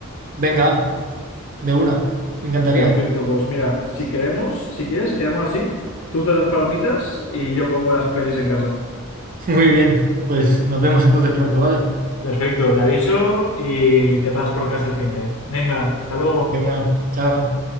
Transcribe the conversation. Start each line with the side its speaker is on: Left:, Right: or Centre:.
Right: Venga, de una, me encantaría.
Left: Perfecto, pues mira, si queremos, si quieres, quedamos así. Tú te das palomitas y yo pongo las pelis en casa.
Right: <laughs> Muy bien, pues nos vemos entonces pronto, ¿vale?
Left: Perfecto, te aviso y te pasas por casa el fin de. Venga, hasta luego.
Right: De una, chao.